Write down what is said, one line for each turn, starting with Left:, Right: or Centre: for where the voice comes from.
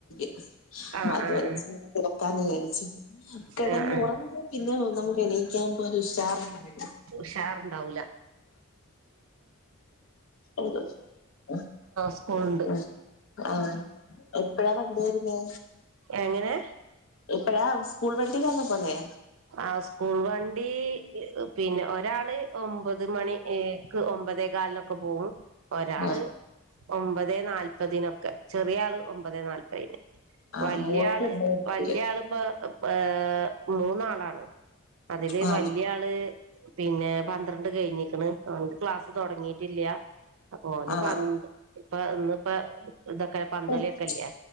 Left: <unintelligible>
Right: ആഹ് ആഹ് ആഹ്
Left: കെടന്ന്
Right: ആഹ് ആഹ്
Left: ഒറങ്ങിയ പിന്നെ നമുക്ക് എണീക്കമ്പോ ഒരു ഉഷാർ ണ്ടാവൂല
Right: ഉഷാറ്ണ്ടാവൂല
Left: <unintelligible>
Right: സ്കൂളുണ്ട്
Left: ഉം ആ എപ്പഴാ വണ്ടി വെരുന്നേ
Right: എങ്ങനെ
Left: എപ്പഴാ സ്കൂൾ വണ്ടിലാന്നൊ പോന്നേ
Right: ആ സ്കൂൾ വണ്ടി പിന്നെ ഒരാള് ഒമ്പത് മണി ഏ ക്ക് ഒമ്പതേ കാലിനൊക്കെ പോകും ഒരാള്
Left: ആഹ്
Right: ഒമ്പതേ നാൽ പ്പതിനൊക്കെ ചെറിയാള് ഒമ്പതെ നാൽപ്പതിന്
Left: ആഹ്
Right: വല്ല്യാള്
Left: മോൾക്ക് ഉണ്ട്
Right: വല്ല്യായാളിപ്പൊ പ്പ മൂന്നാളാണ് അതില്
Left: ആഹ്
Right: വല്ല്യാള് പിന്നെ പന്ത്രണ്ട് കഴിഞ്ഞിക്കണു അതുകൊണ്ട് ക്ലാസ് തുടങ്ങിയിട്ടില്ല്യ അപ്പ ഓന്
Left: ആഹ്
Right: പന്ന് ഇപ്പ ഇന്നിപ്പ ഇതൊക്കെ പന്തളിയൊക്കെല്ലേ
Left: അപ്പം